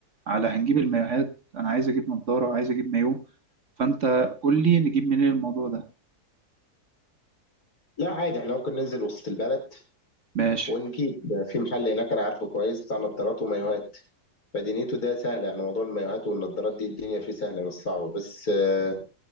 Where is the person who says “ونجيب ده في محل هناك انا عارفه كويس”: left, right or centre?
Left